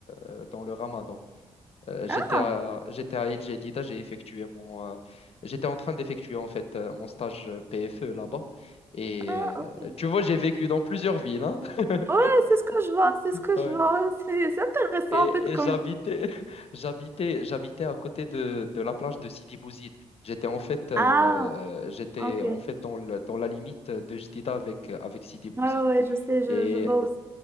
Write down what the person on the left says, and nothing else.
euh, dans le Ramadan. Euh, j'étais
à, j'étais à Il Jadida, j'ai effectué mon, euh, j'étais en train d'effectuer en fait euh, mon stage euh, PFE là-bas. Et
euh,
tu vois, j'ai vécu dans plusieurs villes, hein. <laughs>
Ouais.
Et,
et
j'habitais, <laughs> j'habitais, j'habitais à côté de, de la plage de Sidi Bouzid. J'étais en fait, euh,
j'étais
en
fait dans, le- dans la limite de Jadida avec, avec Sidi Bouzid.
Et